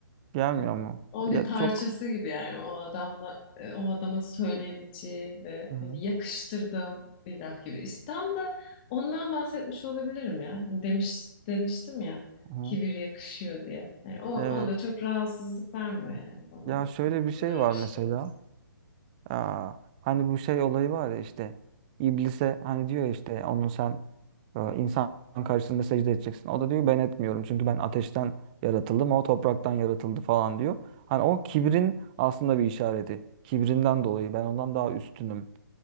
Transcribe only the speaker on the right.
Gelmiyor
mu?
Ya
çok
hı hı.
hı hı.
Evet.
Ya
şöyle
bir şey
var
mesela.
Aa, hani bu şey olayı var ya işte iblise hani diyor işte onu sen e, insan karşısında secde edeceksin. O da diyor ben etmiyorum çünkü ben ateşten yaratıldım o topraktan yaratıldı falan diyor. Hani o kibrin aslında bir işareti. Kibrinden dolayı ben ondan daha üstünüm.